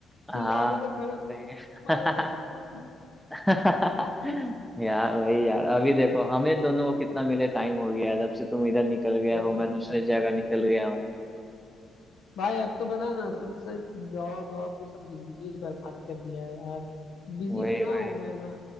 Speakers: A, in the centre; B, on the left.
A: हाँ
B: चिल्लाते थे खड़े होके,
A: सही
B: मारो
A: है।
B: टक्कर
A: <laughs> यार वही यार अभी देखो हमें दोनों को कितना मिले टाइम हो गया है। जब से तुम इधर निकल गया
B: सही
A: हो मैं
B: बात
A: दूसरी
B: है।
A: जगह निकल गया हूँ
B: भाई अब तो पता ना सबसे जॉब वॉब ये सब जिंदगी बर्बाद कर दिया है यार बिजी
A: वही
B: इतना
A: वही
B: हो गया है ना